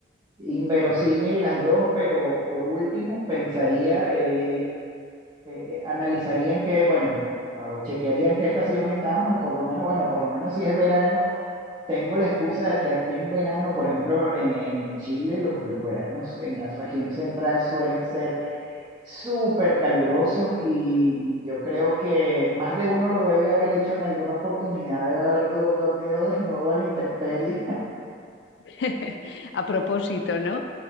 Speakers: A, on the right; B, on the left.
A: inverosímil las dos, pero por último pensaría el, el eh, analizarían que, bueno, o chequearían qué estación estamos y por lo menos, bueno, por lo menos si es verano, tengo la excusa de que aquí en verano, por ejemplo, en, en Chile, los, los veranos en la región central suelen ser súper calurosos y yo creo que más de uno lo debe haber hecho en alguna oportunidad, debe haber do- dormido <laughs> desnudo a la intemperie. <laughs>
B: <laughs> A propósito, ¿no?